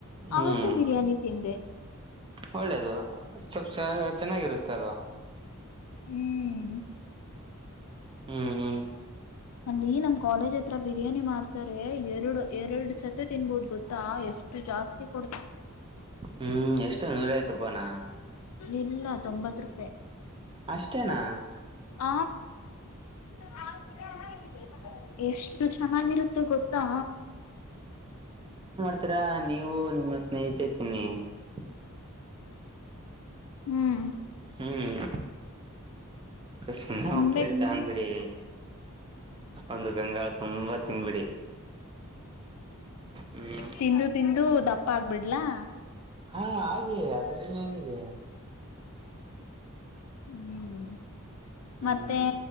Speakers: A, on the right (about 20°); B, on the left (about 75°).
A: ಹ್ಮ್
B: ಅವತ್ತು ಬಿರಿಯಾನಿ ತಿಂದೆ
A: ಒಳ್ಳೇದು ಸ್ವಲ್ ಚೆನ್ನಾಗಿರುತ್ತೆ ಅಲ್ವಾ
B: ಹ್ಮ್
A: ಹ್ಮ್ ಹ್ಮ್
B: ಅಲ್ಲಿ ನಮ್ ಕಾಲೇಜ್ ಹತ್ರ ಬಿರಿಯಾನಿ ಮಾಡ್ತಾರೆ ಎರಡು ಎರಡು ಸತಿ ತಿನ್ಬೋದು ಗೊತ್ತಾ ಎಷ್ಟು ಜಾಸ್ತಿ ಕೊಡ್ತ
A: ಹ್ಮ್ ಎಷ್ಟು ನೂರೈವತ್ತು ರೂಪಾನಾ
B: ಇಲ್ಲ ತೊಂಬತ್ ರೂಪಾಯಿ
A: ಅಷ್ಟೇನಾ
B: ಹ ಎ ಎಷ್ಟು ಚೆನ್ನಾಗಿರುತ್ತೆ ಗೊತ್ತಾ
A: ಹತ್ರ ನೀವು ನಿಮ್ಮ ಸ್ನೇಹಿತ ಹನ <unintelligible>
B: ಹ್ಮ್
A: ಹ್ಮ್ ಕ
B: ತಿನ್ಬೇಕ
A: ಪೇರ್ ತಂಗ್ ಬಿಿಡಿ ಒಂದು ಗಂಗಾ ತುಂಬಾ ಹಂಗ ಬಿಡಿ ಹ್ಮ್
B: ತಿಂದು ತಿಂದು ದಪ್ಪ ಆಗ್ಬಿಡ್ಲಾ
A: ಹಾ ಹಾಗೆ ಅದ್ರಲ್ಲ ಏನಿದೆ
B: ಹ್ಮ್
A: ಹ್ಮ್
B: ಮತ್ತೆ